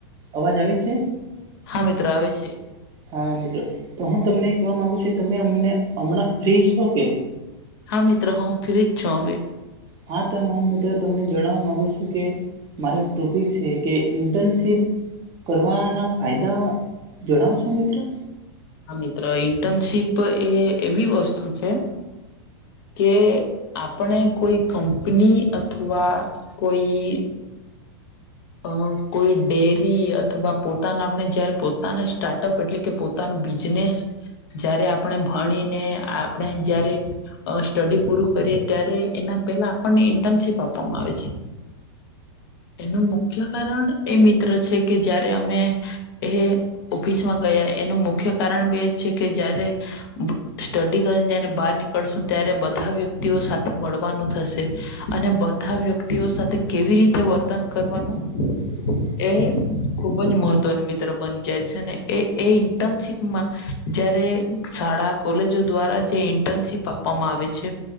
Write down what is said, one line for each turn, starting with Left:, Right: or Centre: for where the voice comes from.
Right: અવાજ આવે છે.
Left: હા મિત્ર આવે છે.
Right: હા મિત્ર તો હું તમને કેવા માંગુ છું તમે અમને હમણાં ફ્રી છો કે
Left: હા મિત્ર હું ફ્રી જ છું હવે
Right: હા તો હું મિત્ર તમને જણાવવા માગુ છું કે મારો એક ટોપિક છે કે ઇન્ટર્નશિપ કરવાના ફાયદા જણાવશો મિત્ર
Left: હા મિત્ર ઇન્ટર્નશીપ એ એવી વસ્તુ છે. કે આપણે કોઈ કંપની અથવા કોઈ અ કોઈ ડેરી અથવા પોતાના આપણે જયારે પોતાના સ્ટાર્ટઅપ એટલે કે પો પોતાનું બિઝનેસ જયારે આપણે ભણીને આપણે જયારે અ સ્ટડી પૂરું કરીએ ત્યારે એના પહેલા આપણને ઇન્ટર્નશીપ આપવામાં આવે છે. એનું મુખ્ય કારણ એ મિત્ર છે કે જયારે અમે એ ઓફિસમાં ગયા એનું મુખ્ય કારણ બે જ છે કે જયારે સ્ટડી કરીને જયારે બહાર નીકળશું ત્યારે બધા વ્યક્તિઓ સાથે મળવાનું થશે. અને બધા વ્યક્તિઓ સાથે કેવી રીતે વર્તન કરવાનું.
Right: <inaudible>
Left: એ ખુબ જ મહત્વનું મિત્ર બની જાય છે ને એ એ ઇન્ટર્નશીપ જયારે શાડા કોલેજ દ્વારા જે ઇન્ટર્નશીપ આપવામાં આવે છે.